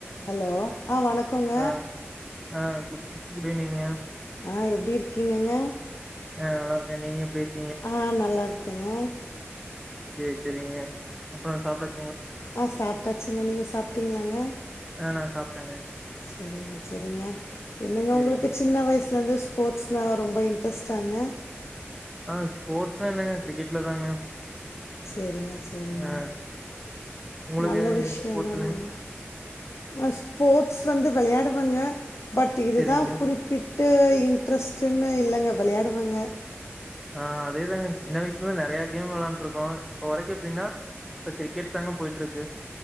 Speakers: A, on the left (about 75°); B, in the centre.
A: Hello ஆ வணக்கோங்க
B: ஆ ஆ குட் ஈவி்னிங்க
A: ஆ எப்டி இருக்கீங்கங்க
B: ஆ நல்லா இருக்கே நீங்க எப்டி இருக்
A: ஆ நல்லா இருக் கேங்க
B: சேர் செரிங்க அப்பறோ சாப்டாச்
A: ஆ சாப்ட்டாச்சிங்க நீங்க சாப்ட்டீங்களாங்க
B: ஆ நா சாப்ட்டேங்க
A: செரிங்க செரிங்க என்னங்க
B: சேரிங்க
A: உங்களுக்கு சின்ன வயசு ல இருந்து ஸ்போர்ட்ஸ்ன்னா ரொம்ப இன்ட்ரெஸ்டாங்க
B: ஆ ஸ்போட்ஸ்னா என்னகு க்ரிக்கெட்ல தாங்க
A: செரிங்க செரிங்க
B: ஆ உங்களுக்கு
A: நல்ல விஷ்யோ
B: ஸ்போர்ட்ஸ்லங்க
A: தானங்க அ ஸ்போட்ஸ் வந்து வெள்யாடுவ் வங்க பட் இது
B: சேரிங்க
A: தா குறிப்பிட் ட்டு இன்ட்ரெஸ்ட்டுன்னு இல்லங்க விளையாடுவங்க
B: ஆ அதேதாங்க சின்ன வய்சுல நெறையா கேம் விளையாண்ட்ருக்கோ போ வரைக்கி எப்டின்னா ப்ப க்ரிக்கெட் தாங்க போய்ட்ருக்கு